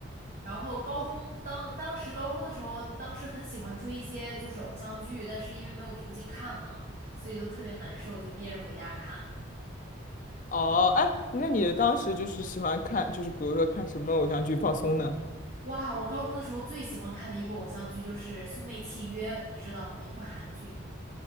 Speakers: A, on the right (about 35°); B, on the left (about 40°).
A: 然后高中当当时高中的时候，当时很喜欢追一些就是偶像剧，但是因为没有途径看嘛，所以都特别难受，就憋着回家看。
B: <laughs> 哦，哎，那你当时就是喜欢看，就是比如说看什么偶像剧放松呢？
A: 哇，我高中的时候最喜欢看的一部偶像剧就是《兄妹契约》，你知道吗？一部韩剧，